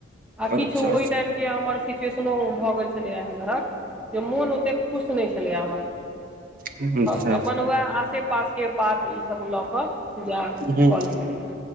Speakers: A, in the centre; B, on the right.
A: आ
B: अच्छा
A: किछु
B: अच्छा
A: ओहि टाइम के हमर सिचुएशनो भऽ गेल छलै एहन तरहक जे मोन एतेक खुश नहि छलैए हमर।
B: ब <unintelligible>
A: तऽ अपन वएह आसे पासके पात ईस लऽ कऽ पूजा
B: हम्म
A: कऽ लने रही।